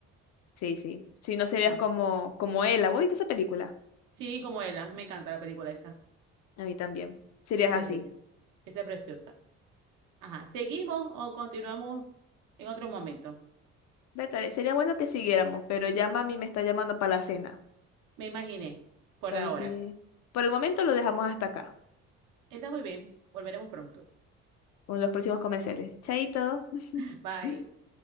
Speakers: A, on the left; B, on the right.
A: Sí, sí. Si no serías
B: sí.
A: como, como Ella. ¿Vos viste esa película?
B: Sí, como ella. Me encanta la película esa.
A: A mí también. Serías
B: Esa
A: así.
B: es bella. Esa es preciosa. Ajá. ¿Seguimos o continuamos en otro momento?
A: Bertale, sería bueno que siguiéramos, pero ya mami me está llamando para la cena.
B: Me imaginé, por
A: Entonces,
B: ahora.
A: por el momento lo dejamos hasta acá,
B: Está muy bien. Volveremos pronto.
A: con los próximos comerciales. Chaito.
B: <laughs> Bye.
A: <laughs>